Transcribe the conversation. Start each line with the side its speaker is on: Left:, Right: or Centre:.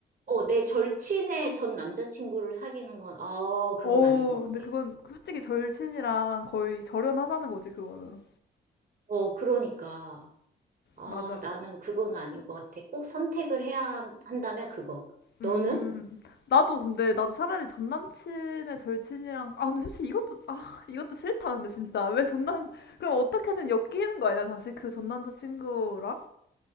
Right: 어, 내 절친의 전 남자친구를 사귀는 건, 어, 그건
Left: 어우,
Right: 아닌 것 같아.
Left: 근데 그건 솔직히 절친이랑 거의 절연하자는 거지, 그거는.
Right: 어, 그러니까. 아,
Left: 맞아.
Right: 나는 그건 아닌 것 같아. 꼭 선택을 해야 한다면 그거.
Left: 음.
Right: 너는?
Left: 나도 근데 나도 차라리 전 남친의 절친이랑 아 근데 솔직히 이것도 아 이것도 싫다 근데 진짜 왜 전남 그럼 어떻게든 엮이는 거 아니야 다시 그 전 남자친구랑?